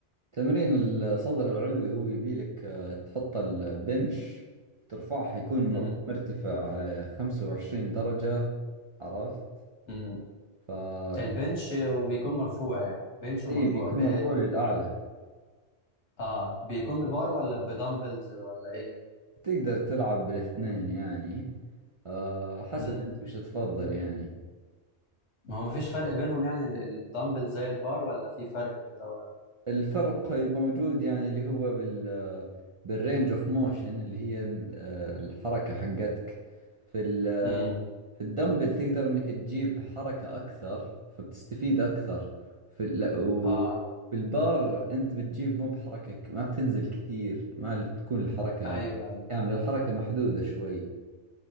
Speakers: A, on the right; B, on the left.
A: تمرين الصدر العلوي هو يبيلك آه، تحط البنش ترفعه يكون
B: امم
A: مر- مرتفع آه، خمسة وعشرين درجة عرفت
B: امم
A: ف
B: البنش وبيكون مرفوع يعني بنش ومرفوع
A: إي بيكون
B: ب...
A: مرفوع للأعلى
B: اه بيكون ببار ولا بدمبلز ولا ايه
A: تقدر تلعب بالاثنين يعني آه، حسب
B: امم
A: أنت وش تفضل يعني
B: ما هو مفيش فرق بينهم يعني ال- الدمبل زي البار ولا في فرق بين ده وده
A: الفرق موجود يعني اللي هو بال بالرينج اوف موشن اللي هي آه، الحركة حقتك في ال-
B: امم
A: في الدمبل تقدر انك تجيب حركة اكثر فبتستفيد اكثر في ال... لا، و-
B: اه
A: في البار انت بتجيب مو بحركة ك- ما بتنزل كثير ما تكون الحركة
B: ايوه ايوه
A: كاملة الحركة محدودة شوي